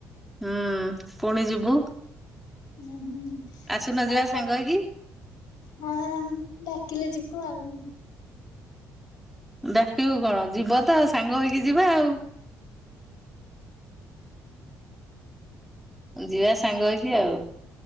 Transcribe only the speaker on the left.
ଉଁ ହୁଁ।
ଆଉ
ତ
ହଁ ଡାକିଲେ ଯିବୁ ଆଉ।